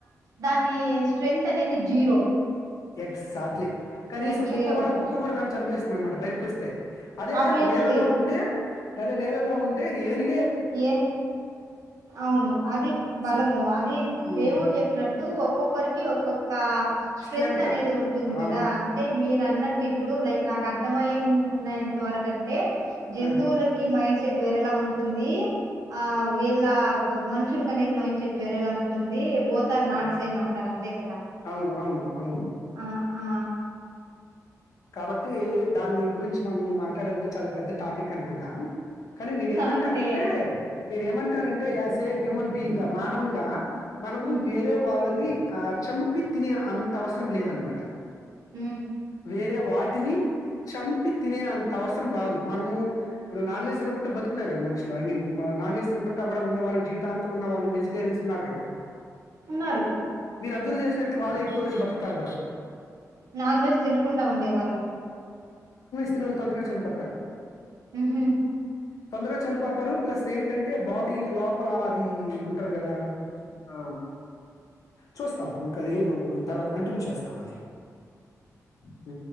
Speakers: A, on the right; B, on the left.
A: దాన్ని స్ట్రెంగ్త్ అనేది జీరో
B: ఎగ్జాట్లీ కనీస
A: లైక్
B: కుక్క
A: జీరో
B: కూడా
A: కదా
B: కుక్క కూడా దాన్ని చంపేస్తుంది అనమాట బయటకు ఒస్తే అదే
A: ఆబ్వియస్లీ
B: నేలల్లో ఉంటే లేదే నేల లలో ఉంటే ఏని
A: ఏం అవును అది బలము
B: సో
A: అది
B: హ్మ్.
A: దేవుడు జెప్పినట్టు ఒక్కొక్ కోరికి ఒ కోక్ కా స్ట్రెంగ్త్
B: స్ట్రెంత్.
A: అనేది ఉంటుంది
B: ఆ!
A: కదా అంటే మీరు అన్నట్టు ఇప్పుడు లైక్ నాకు అర్థం మైన్ నైన్త్ వరకంటే జంతువులకి
B: ఆ!
A: మండ్ సెట్ వేర లా ఉ టుంది ఆ వీళ్ళ మనుషులకనేది మైండ్ సెట్ వేరేలా ఉంటుంది బోతార్ నాట్
B: ఆ!
A: సేమ్ అంటారు అంతే కదా
B: అవును. అవును. అవును.
A: ఆ ఆ
B: కాబట్టి దాన్ని గురించి మనము మ ట్టడంటే చాలా పెద్ద టాపిక్ అనమాట కానీ నేను ఏమంటానంటే
A: ఓకే
B: నేనుమంటానంటే యాసే హ్యూమన్ బీయింగ మానవునిగా మనము
A: ఉమ్
B: వేరే వాళ్ళని ఆ చంపి తినే అంత అవసరం లేదనమాట
A: ఊ
B: వేరే వాటిని చంపి తినే అంత అవసరం రాదు మనము ఇప్పుడు నాన్ వెెజ్ అనుకుంటే బతుకున్నాయి కదా మనిషులో ఐ మీన్ నాన్ వెెజ్ అనుకుంట కూడా ఉన్న వాళ్ళు జీవితాంతం ఉన్న వాళ్ళు వెజటేరియన్స్ ఉన్నారు కదా
A: ఉన్నారు
B: మీరు అబ్జర్వ చేసినట్టు వాళ్ళ ఎక్కువ రజు బట్తారు కూడా
A: నా నాన్వేస్ తినకుండా ఉండేవాళ్ళు
B: థిన్వాల్ ఆండ్రి చానిపోతరు
A: ఉహు
B: తొందరగా చనిపోతారు ప్లస్ ఏంటంటే బాడీ లోపల అది ఉంటది కదా ఆ చూస్తాం ఇంకది తర్వాత కంటిన్యూ చేస్తాం అది ఉ